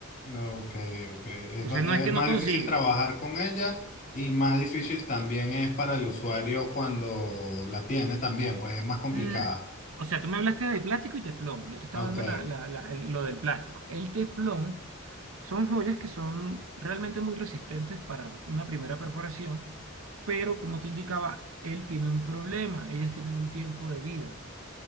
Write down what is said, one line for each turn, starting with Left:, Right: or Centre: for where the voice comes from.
Left: Ok, ok. Es,
Right: Entonces
Left: ba- es
Right: no es que
Left: más
Right: no consigue.
Left: difícil trabajar con ella y más difícil también es para el usuario cuando la tiene también, pues es más complicada.
Right: Mm, o sea, tú me hablaste de plástico y teflón. Yo te estaba
Left: Ok.
Right: dando la- la- la- el- lo del plástico. El teflón son joyas que son realmente muy resistentes para una primera perforación pero como te indicaba, él tiene un problema, ellas tienen un tiempo de vida,